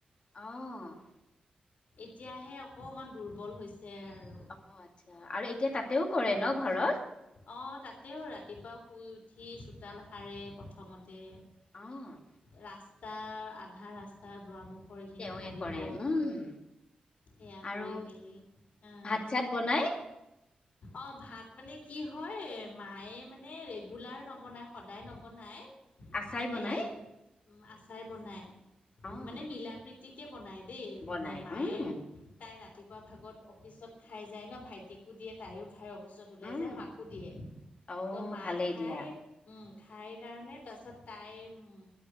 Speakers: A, on the left; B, on the left.
A: অ'।
B: এতিয়াহে অকমান দুৰ্বল হৈছে আৰু।
A: অ' আচ্ছা আৰু এতিয়া তাতেও কৰে ন' ঘৰত?
B: অ' তাতেও ৰাতিপুৱা শুই উঠি চোতাল সাৰে প্ৰথমতে।
A: অ'।
B: ৰাস্তা আধা ৰাস্তাৰ দুৱাৰ মুখৰ খিনি
A: তেওঁৱে
B: সাৰিব।
A: কৰে উম,
B: সেয়া
A: আৰু
B: কৰি মেলি অ'
A: ভাত চাত বনাই।
B: অ' ভাত মানে কি হয় মায়ে মানে ৰেগুলাৰ নবনায় সদায় নবনায়।
A: আচাই
B: মানে
A: বনাই?
B: উম, আচাই বনাই,
A: অ',
B: মানে মিলা প্ৰীতি টিকে বনায় দেই,
A: বনাই
B: মানে মায়ে
A: উম,
B: তাই ৰাতিপুৱা ভাগত অফিচত খাই যায় ন' ভাইটিকো দিয়ে, তাইয়ো খায় অফিচত ওলাই
A: উম,
B: যায় মাকো দিয়ে,
A: অ',
B: ত' মাঁ
A: ভালেই
B: খাই
A: দিয়া
B: উম, খাই কাৰণে তাৰ পিছত তাইৰ উম